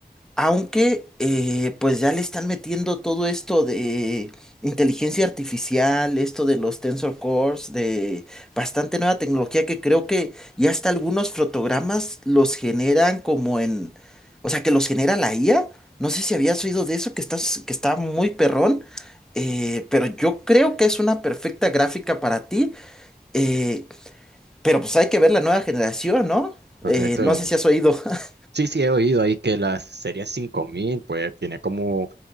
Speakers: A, in the centre; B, on the right.
A: aunque, eh, pues ya le están metiendo todo esto de inteligencia artificial, esto de los Tensor Cores, de bastante nueva tecnología que creo que ya hasta algunos fotogramas los generan como en, o sea, que los genera la IA. No sé si habías oído de eso, que estás, que está muy perrón, eh, pero yo creo que es una perfecta gráfica para ti, eh, pero pues hay que ver la nueva generación, ¿no?
B: Correcto.
A: Eh, no sé si has oído. <laughs>
B: Sí, sí, he oído ahí que la serie 5000, pues tiene como,